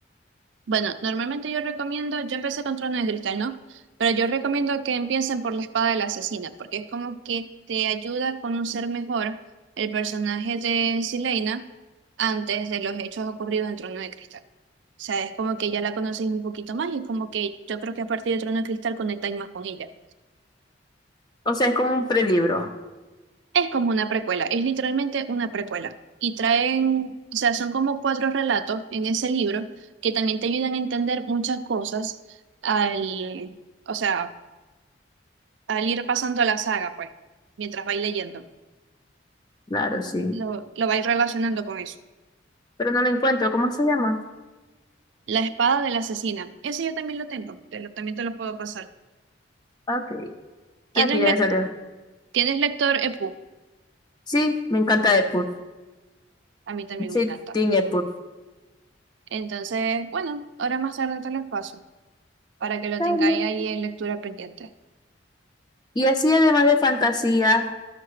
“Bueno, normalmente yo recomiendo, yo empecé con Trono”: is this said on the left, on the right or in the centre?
Right